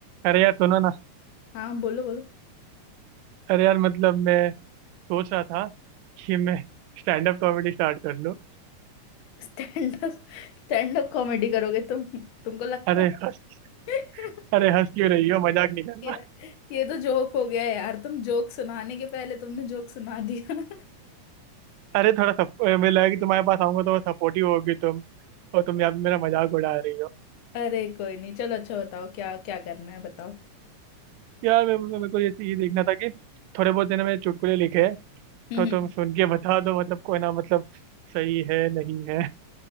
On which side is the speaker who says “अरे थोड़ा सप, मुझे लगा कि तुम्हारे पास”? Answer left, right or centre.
Right